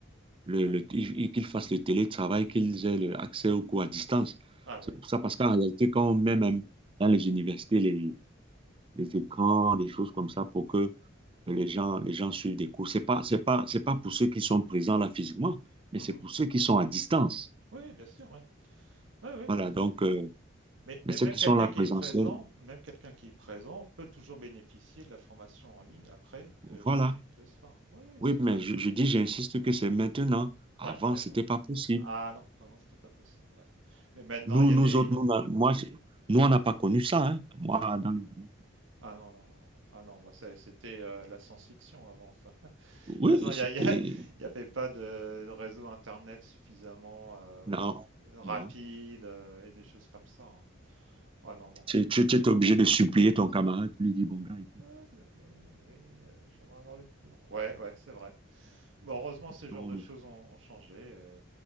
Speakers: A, on the right (about 25°); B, on the right (about 75°).
A: le,
B: ouais.
A: le- ils- qu'ils fassent le télétravail, qu'ils aient le accès aux cours à distance.
B: Ah
A: C'est
B: oui.
A: pour ça, parce qu'en réalité, quand on met même dans les universités les, les écrans, des choses comme ça, pour que les gens, les gens suivent des cours, c'est pas, c'est pas, c'est pas pour ceux qui sont présents là physiquement, mais
B: Mhm.
A: c'est pour ceux qui sont à distance.
B: Oui, bien sûr, ouais, Oui, oui.
A: Voilà, donc, euh,
B: Mais, mais
A: mais ceux
B: même
A: qui
B: quelqu'un
A: sont là
B: qui
A: présentiel,
B: est présent, même quelqu'un qui est présent peut toujours bénéficier de la formation en ligne après, euh, chez
A: voilà.
B: lui, le soir. Oui,
A: Oui,
B: c'est très
A: mais
B: bien.
A: je,
B: Ouais,
A: je dis, j'insiste que c'est maintenant. Avant,
B: Ouais, maintenant.
A: c'était pas possible.
B: Ah non, avant c'était pas possible. ouais. Mais maintenant
A: Nous,
B: il y
A: nous
B: a des.
A: autres, nous, on moi, je-
B: ouais.
A: nous, on n'a pas connu ça. hein. Moi,
B: Ah non,
A: dans les années.
B: ah non, non, non. Ah non, bah, c'est- c'était euh, la science-fiction avant ça. <laughs> De toute
A: Oui,
B: façon, il
A: c'était.
B: n'y a, il y a- il y avait pas de, de réseau internet suffisamment euh,
A: Non,
B: rapide
A: non.
B: euh, et des choses comme ça. hein. Ah non, non,
A: Tu,
B: c'est
A: tu,
B: c'est
A: tu étais
B: impossible.
A: obligé de supplier ton camarade. Tu lui dis, bon, gars, écoute,
B: Ah, s'il te plaît, oui, euh, j'aimerais avoir le cours. Ouais, ouais, c'est vrai.
A: il y a
B: Bon,
A: des
B: heureusement,
A: explications,
B: ces genres de
A: des-
B: choses ont, ont changé.